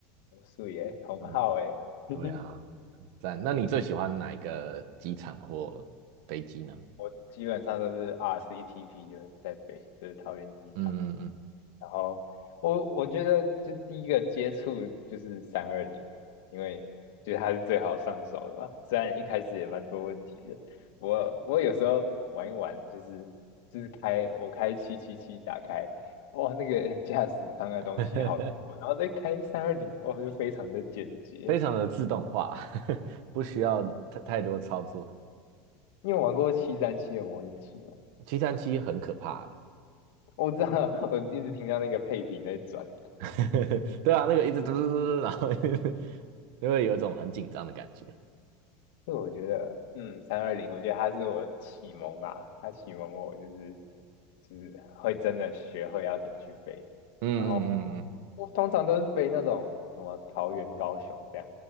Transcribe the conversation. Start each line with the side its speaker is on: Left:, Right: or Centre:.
Left: 我素颜同号哎，
Right: 嗯，
Left: <laughs>
Right: 对啊，很赞。那你最喜欢哪一个机场或飞机呢？
Left: 我基本上都是 RCTP 就是在飞，就是桃园机场。
Right: 嗯嗯
Left: 然后我我觉得就第一个接触就是三二零，因为觉得它是最好上手的吧虽然一开始也蛮多问题的，我我有时候玩一玩，就是就是开我开七七七打开，哇，那个 <laughs> 驾驶舱的东西好多然后再开三二零，
Right: 嗯，
Left: 哇，就非常的简洁。
Right: <laughs> 非常的自动化，<laughs> 不需要太太多操作。
Left: 你有玩过七三七的模拟器吗？
Right: 七三七很可怕啊，
Left: 我知道，<laughs> 我一直听到那个配屏在转。
Right: <laughs> 对啊，那个一直嘟嘟嘟嘟，然后 <laughs> 就会有一种很紧张的感觉。
Left: 所以我觉得，嗯，三二零，我觉得它是我启蒙吧，它启蒙我就是就是会真的学会要怎么去飞，
Right: 嗯嗯嗯嗯，
Left: 然后我通常都是飞那种什么桃园、高雄这样，